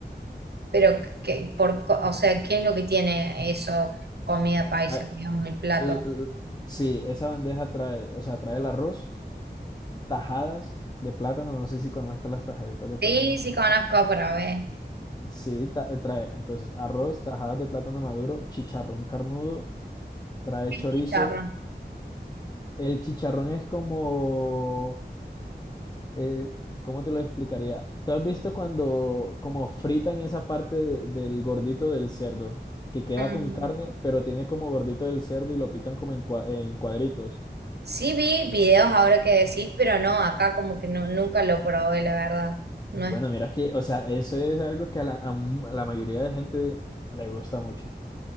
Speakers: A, on the right; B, on the left.
A: Pero que, por, co- o sea, ¿qué es lo que tiene eso, comida paisa,
B: Ah,
A: digamos, el plato?
B: l- l- Sí, esa bandeja trae, o sea, trae el arroz, tajadas de plátano, no sé si conozcas las tajaditas de plátano.
A: Sí, sí conozco, pero a ver.
B: Sí, ta- eh, trae entonces arroz, tajadas de plátano maduro, chicharrón carnudo, trae
A: El
B: chorizo.
A: chicharrón.
B: El chicharrón es como, eh, ¿cómo te lo explicaría? ¿Tú has visto cuando como fritan esa parte de- del gordito del cerdo, que queda
A: Mm,
B: con carne, pero tiene como gordito del cerdo y lo pican como en, cua- en cuadritos?
A: Sí vi videos ahora que decís, pero no, acá como que no, nunca lo probé, la verdad. No
B: Bueno,
A: es.
B: mira que, o sea, eso es algo que a la, a mu- a la mayoría de gente le gusta mucho.